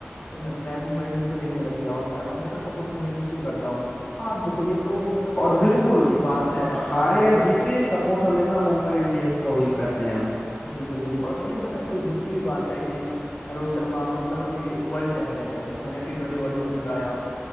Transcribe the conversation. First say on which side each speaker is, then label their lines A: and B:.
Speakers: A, on the left (about 60°); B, on the left (about 30°).
A: तो मैं, मैं मुंबई इंडियंस को देखने लग गया और मैं हमेशा सपोर्ट मुंबई इंडियंस को ही करता हूँ हाँ देखो ये तो मतलब
B: और
A: थोड़ा सा
B: बिल्कुल
A: दुख की बात है
B: हारे
A: और ये थोड़ा
B: या
A: तो
B: जीते सपोर्ट हमेशा मुंबई इंडियंस को ही करते हैं हम लोग
A: बिल्कुल बिल्कुल और, और ये पता है थोड़ी दुख की भी बात है कि रोहित शर्मा मतलब अभी वर्ल्ड चैंपियन है उन्होंने टी ट्वेंटी वर्ल्ड कप जिताया